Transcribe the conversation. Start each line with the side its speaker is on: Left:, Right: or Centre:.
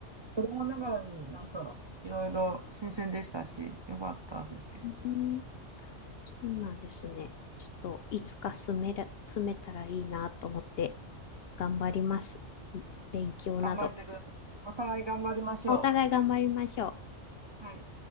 Right: 子供ながらになんかいろいろ新鮮でしたし、良かったですけど。
Left: ーん、そうなんですね。ちょっといつか住めら、住めたらいいなと思って頑張ります。勉強など。
Right: 頑張ってください。お互い頑張りましょ
Left: お互い頑張りましょう。
Right: う。はい。